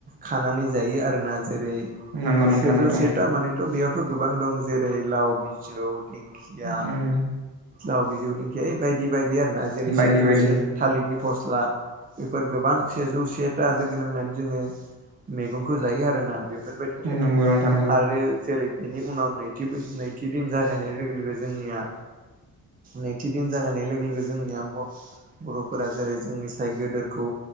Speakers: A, on the right; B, on the right.
A: खानानै जायो आरोना जेरै
B: नंगौ नोंथां
A: सेजौ
B: नंगौ
A: सेथा मानेथ' बेयाव थ गोबां दं जेरै लाव बिजौ दिंखिया
B: ओं ओम
A: लाव बिजौनिखे ओइ बायदि बायदि आरोना जेरै
B: बायदि
A: से जौस
B: बायदि
A: थालिदनि फस्ला बेफोर गोबां सेजौ सेटा लोगो नांनानै जोङो मेगंखो जायो आरो ना बेफोरबायदिफोर फोथायदों
B: नंगौ नोंथां नंगौ
A: आरो जेरै बेनि उनाव नैथि बै नैथि दिन जागायनाय लोगो लोगो जोंनिया नैथि दिन जाहोनाय लोगो लोगो जोंनि आब' बर'फोरा जेरै जोंनि साय गोदोरखौ